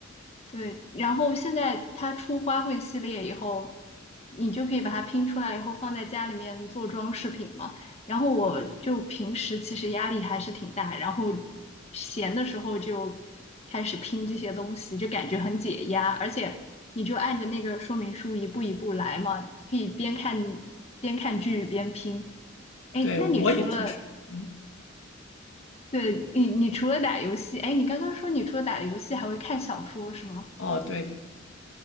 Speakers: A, on the left (about 30°); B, on the left (about 65°).
A: 对，然后现在它出花卉系列以后，你就可以把它拼出来以后放在家里面做装饰品嘛。然后我就平时其实压力还是挺大，然后闲的时候就开始拼这些东西，就感觉很解压。而且你就按着那个说明书一步一步来嘛，可以边看边看剧边拼。哎，
B: 对，
A: 那你除了，
B: 我也听说，嗯，
A: 对，你你除了打游戏，哎，你刚刚说你除了打游戏还会看小说是吗？
B: 哦，对，